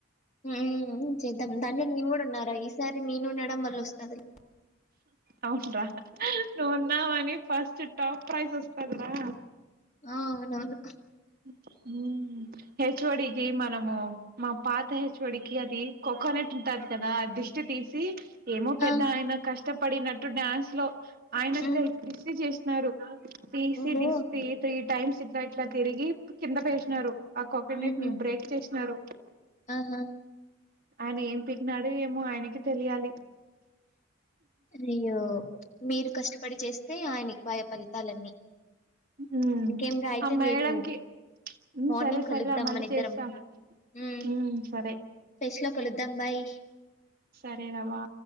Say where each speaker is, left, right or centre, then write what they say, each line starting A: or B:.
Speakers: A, on the left (about 35°); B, on the right (about 45°).
A: హు ఈవెనింగ్ చేద్దాం దాంలో నేను కూడా ఉన్నారా ఈసారి నేను ఉండడం వల్ల వస్తదిలే
B: అవున్రా నువ్వున్నావని ఫస్ట్ టాప్ ప్రైజ్ వస్తాదరా
A: ఆ అవునవును
B: మ్మ్ హ్మ్ మ్మ్ హెచ్ ఒ డి ఏ మనము మా పాత హెచ్ ఒ డి కి అది కోకోనట్ ఉంటది కదా దిష్టి తీసి ఏమో పెద్ద
A: ఆ!
B: ఆయన కష్టప్ పడినట్టు డ్యాన్స్ లో ఆయన
A: హ్మ్.
B: క దిష్టి చేస్ న్నారు పీసీ
A: ఓహో!
B: దిస్పి తిత్ టైమ్స్ఇట్లా ఇట్లా తిరిగి కింద పేసినారు ఆ కోకనెట్
A: హుహు.
B: ని బ్రేక్ చేసినారు
A: ఆహా!
B: ఆయన ఏం పీకినాడు ఏమో ఆయనక్ ఈ తెలియాలి
A: అయ్యో మీరు కష్టపడి చేస్తే ఆయనకి పాయ ఫలితాలన్నీ
B: మ్మ్
A: ఇంకేమి రా అయితే
B: ఆ మేడం
A: రేపు
B: కి "ఉమ్,
A: మార్నింగ్
B: సరే సరేరా
A: కలుద్దాం
B: మళ్ళీ
A: మన ఇద్దరం
B: చేస్తా
A: మ్మ్
B: ఉమ్ సరే
A: ఫెష్ లో కలుద్దాం బాయ్
B: సరే రావా